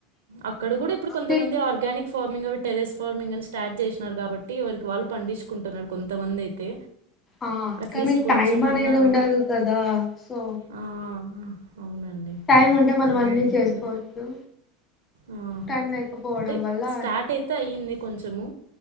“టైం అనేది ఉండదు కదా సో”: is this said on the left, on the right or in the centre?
Left